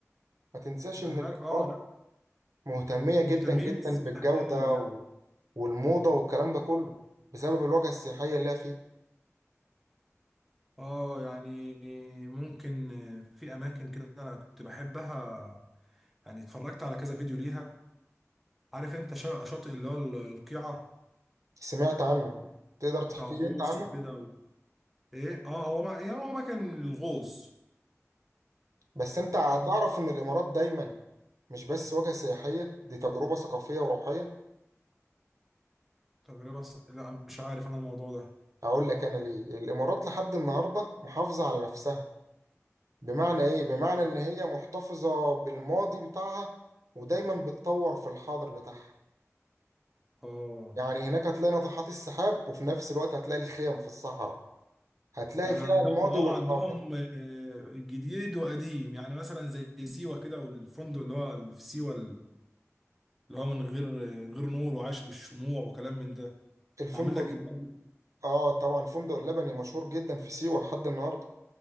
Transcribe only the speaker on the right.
ما تنساش
إن الإمارات
مهتمية جدا
جدا
بالجودة
و- والموضة والكلام ده كله بسبب الواجهة السياحية اللي هي فيه
سمعت عنه تقدر تحكي
لي أنت عنه؟
بس انت هتعرف
ان الامارات دايما مش بس وجهة سياحية دي تجربة ثقافية وروحية
اقول لك انا ليه الامارات لحد النهاردة محافظة على نفسها بمعنى ايه بمعنى ان هي محتفظة بالماضي بتاعها ودايما بتطور في الحاضر بتاعها
يعني هناك هتلاقي ناطحات السحاب وفي نفس الوقت هتلاقي الخيم في الصحراء هتلاقي
فيها
الماضي
والحاضر
الفندق
ال-
اه طبعا الفندق اللبني مشهور جدا في سيوة لحد النهاردة